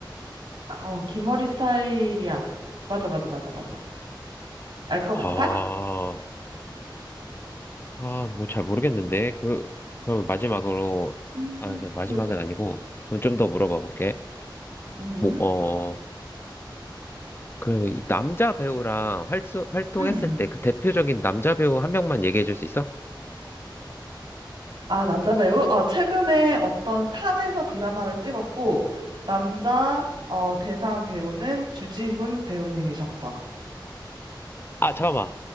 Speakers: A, on the right; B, on the left.
A: 아, 어, 기머리 스타일이야. 맞아, 맞아, 맞아, 맞아. 알 것
B: 아.
A: 같아?
B: 아, 뭐 잘 모르겠는데. 그, 그러면 마지막으로,
A: 음.
B: 아, 이제 마지막은
A: 잘 모르.
B: 아니고, 그럼 좀 더 물어봐 볼게.
A: 음,
B: 뭐, 어, 그럼 이 남자 배우랑 활수, 활동했을
A: 음.
B: 때 그 대표적인 남자 배우 한 명만 얘기해 줄 수 있어?
A: 아, 남자 배우? 어, 최근에 어떤 산에서 드라마를 찍었고, 남자, 어, 대상 배우는 주지훈 배우님이셨어.
B: 아, 잠깐만.